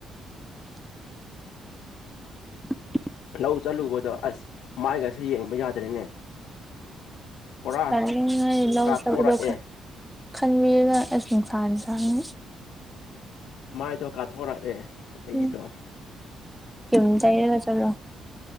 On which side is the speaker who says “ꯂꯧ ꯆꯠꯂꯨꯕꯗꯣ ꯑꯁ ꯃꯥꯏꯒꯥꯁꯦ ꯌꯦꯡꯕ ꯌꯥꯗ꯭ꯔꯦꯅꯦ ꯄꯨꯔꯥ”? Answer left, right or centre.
Left